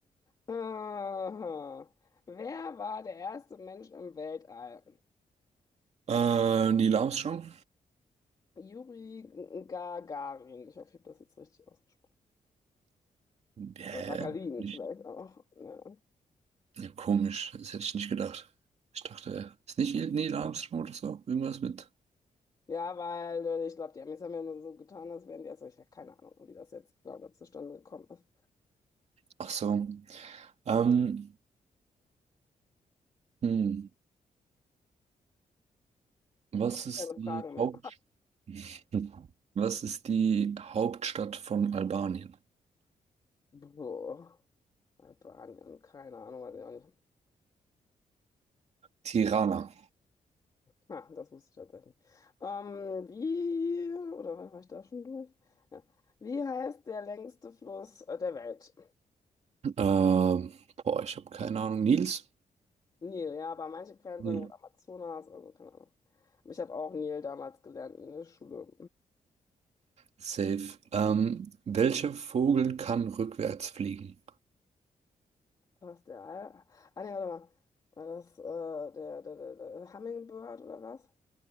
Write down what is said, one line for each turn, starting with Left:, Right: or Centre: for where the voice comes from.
Left: Aha. Wer war der erste Mensch im Weltall?
Right: Äh, Neil Armstrong?
Left: Juri G- Gagarin. Ich hoffe, ich habe das jetzt richtig ausgesprochen.
Right: Hä?
Left: Oder Gagarin
Right: Nicht.
Left: vielleicht auch. Ja,
Right: Ja, komisch, das hätte ich nicht gedacht. Ich dachte, ist nicht Neil Armstrong oder so? Irgendwas mit.
Left: ja weil äh, ich glaube, die Amis haben ja nur so getan, als wären die erst. Ich habe keine Ahnung, wie das jetzt da zustande gekommen ist.
Right: Ach so. Ähm, hm. Was ist
Left: Keine
Right: die
Left: Fragen mehr.
Right: Haupt... <laughs> Was ist die Hauptstadt von Albanien?
Left: <laughs> Boah. Albanien, keine Ahnung, weiß ich auch nicht.
Right: Tirana.
Left: Ah, das wusste ich tatsächlich. Ähm, wie, oder war war ich da schon durch? Ja. Wie heißt der längste Fluss äh, der Welt?
Right: Ähm, boah, ich habe keine Ahnung. Nils?
Left: Nil, ja, aber manche Quellen
Right: Nil.
Left: sagen wohl Amazonas, also keine Ahnung. Aber Ich habe auch Nil damals gelernt in der Schule.
Right: Safe. Ähm, welcher Vogel kann rückwärts fliegen?
Left: War das der Al? Ah, nee, warte mal. War das äh, der, der, der, der Hummingbird oder was?